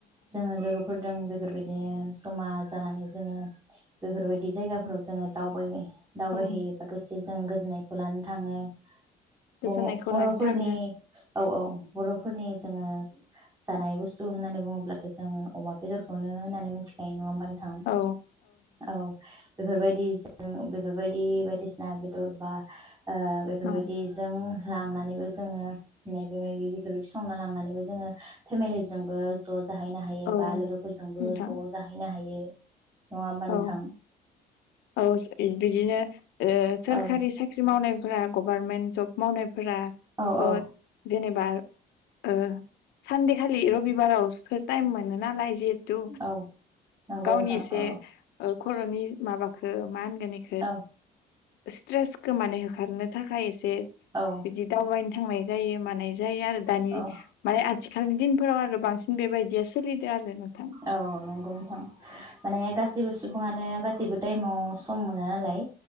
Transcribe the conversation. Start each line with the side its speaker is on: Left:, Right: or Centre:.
Right: जोङो लोगो फोरदों बेफोरबायदिनो जमा जानानै जोङो बेफोरबायदि जायगाफोराव जोङो दावबायो दावबायहैयोबा
Left: ओं
Right: दसे जोंङो गोजोननायखौ लानो थाङो
Left: गोजोननायखौ
Right: दिनै बर'फोरनि
Left: लानो थाङो
Right: औ औ बर'फोरनि जोङो जानाय बुस्थु होननानै बुङोब्लाथ' जोङो अमा बेदरखौनो होननानै मिथिखायो नङा होमबा नोंथां
Left: औ
Right: औ बेफोरबायदि जों बेफोरबायदि बायदिसिना बेदर बा ओ बेफोरबायदिजों
Left: औ
Right: लांनानैबो जोङो मायबा मायबि बेफोरबायदि संना लांनानैबो जोङो फेमिलिजोंबो ज' जाहैनो हायो
Left: औ
Right: बा लोगोफोरजोंबो
Left: नोंथां
Right: ज' जाहैनो हायो नङा होमबा नोंथां
Left: औ औ बिदिनो ओ सोरखारि
Right: औ
Left: साख्रि मावनायफोरा गभारनमेन्ट जब मावनाय फोरा
Right: औ
Left: थ'
Right: औ
Left: जेनेबा ओ सानदेखालि रबिबारावसो टाइम मोनो नालाय जिहेथु
Right: औ नंगौ
Left: गावनि
Right: नोंथां
Left: एसे
Right: औ
Left: खर'नि माबाखौ मा होनगोन इखो
Right: औ
Left: स्ट्रेसखो माने होखारनो थाख एसे
Right: औ
Left: बिदि दावबायनो थांनाय जायो मानाय जायो आरो दानि
Right: औ
Left: माने आथिखालनि दिनफोराव आरो बांसिन बेबायदिया सोलिदो आरो नोंथां
Right: औ नंगौ नोंथां माने गाससिबो सु- बुङानो गासैबो टाइमाव सम मोना नालाय